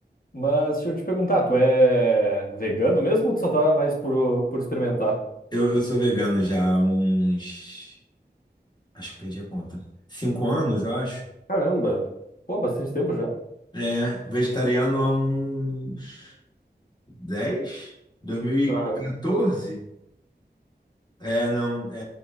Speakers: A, on the left (about 50°); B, on the left (about 25°).
A: Mas deixa eu te perguntar, tu é vegano mesmo ou tu só tá mais por, por experimentar?
B: Eu, eu sou vegano já há uns Acho que perdi a conta. Cinco anos, eu acho.
A: Caramba, pô, bastante tempo já.
B: É, vegetariano há uns dez? dois mil e
A: Aham,
B: 2014? É, não, é,